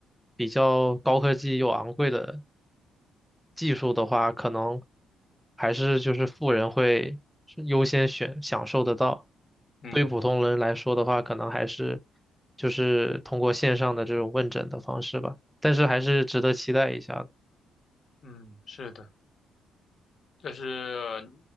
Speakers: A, in the centre; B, on the left.
A: 比较高科技又昂贵的技术的话，可能还是就是富人会是优先选享受得到。
B: 嗯
A: 对于普通人来说的话，可能还是就是通过线上的这种问诊的方式吧，但是还是值得期待一下的。
B: 嗯，是的，但是